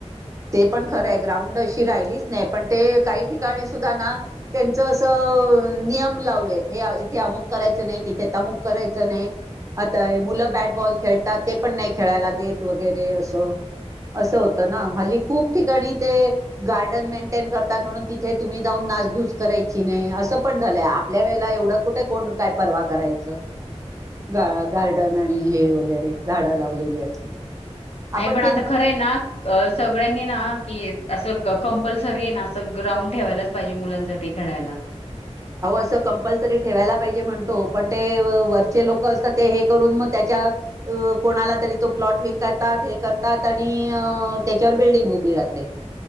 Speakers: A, on the right (about 30°); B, on the left (about 60°).
A: ते पण खरं आहे ग्राउंड अशी राहिलीच नाही पण ते काही ठिकाणी सुद्धा ना त्यांचं असं अ नियम लावलेत हे इथे अमुक करायचं नाही. तिथे तमुक करायचं नाही. आता हे मुलं बॅटबॉल खेळतात ते पण नाही खेळायला देत वगैरे असं असं होतं ना हल्ली खूप ठिकाणी ते गार्डन मेंटेन करतात म्हणून तिथे तुम्ही जाऊन नाचधूस करायची नाही असं पण झालंय आप आपल्या वेळेला एवढं कुठे कोण काय परर्वा करायचं गा- गार्डन आणि हे वगैरे झाडं लावलेलीयेत
B: नाही
A: आपण
B: पण
A: बिन
B: आता खरं आहे ना, अ, सगळ्यांनी की येत असं कंपल्सरी येना अस ग्राउंड ठेवायलाच पाहिजे मुलांसाठी खेळायला.
A: अव असं कंपल्सरी ठेवायला पाहिजे म्हणतो पण ते व-वरचे लोक असतात ते हे करून मग त्याच्या अ कोणाला तरी तो प्लॉट विकतात हे करतात आणि अ त्याच्यावर बिल्डिंग उभी राहते.